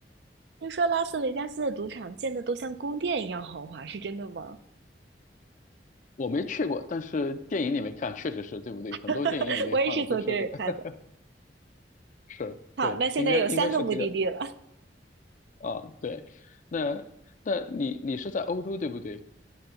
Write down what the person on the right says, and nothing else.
听说拉斯维加斯的赌场建的都像宫殿一样豪华，是真的吗？
<laughs> 我也是从电影看的。
好，
那现在有三个目的地了。